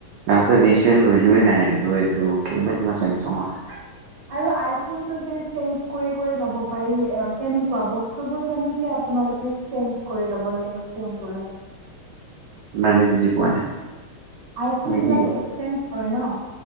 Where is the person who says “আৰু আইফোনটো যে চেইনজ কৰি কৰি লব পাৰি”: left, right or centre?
Right